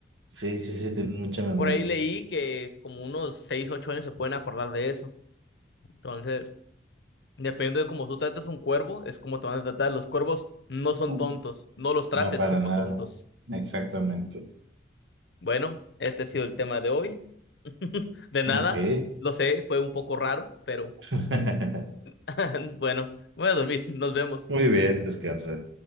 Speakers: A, on the right (about 80°); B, on the left (about 65°).
A: Sí, sí, sí, tienen mucha memoria.
B: Por ahí leí que como unos 6, 8 años se pueden acordar de eso. Entonces, depende de cómo tú trates un cuervo, es como te van a tratar. Los cuervos no son
A: Ujú.
B: tontos, no los trates
A: No, para
B: como
A: nada.
B: tontos.
A: Exactamente.
B: Bueno, este ha sido el tema de hoy. <laughs> De nada,
A: Ok.
B: lo sé, fue un poco raro, pero
A: <laughs>
B: <laughs> bueno, voy a dormir, nos vemos.
A: Muy bien, descansa.